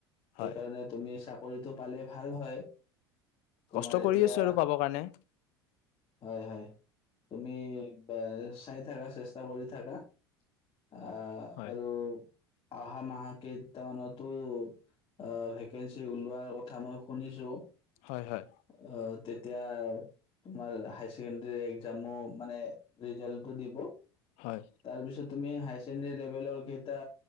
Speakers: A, on the left; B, on the left.
A: সেইকাৰণে
B: হয়
A: তুমি চাকৰিটো পালে ভাল হয়। তোমাৰ
B: কষ্ট
A: এতিয়া
B: কৰি আছো আৰু পাব কাৰণে।
A: হয় হয় তুমি চাই থাকা চেষ্টা কৰি থাকা। অ',
B: হয়
A: আৰু অহা মাহ কেইটামানতো আ ভেকেঞ্চি ওলোৱাৰ কথা মই শুনিছোঁ
B: হয়, হয়।
A: আহ তেতিয়া, তোমাৰ হায়াৰ ছেকেণ্ডাৰী একজামো মানে ৰিজাল্টটো দিব
B: হয়
A: তাৰপিছত তুমি হায়াৰ ছেকেণ্ডাৰী লেভেলৰ কেইটা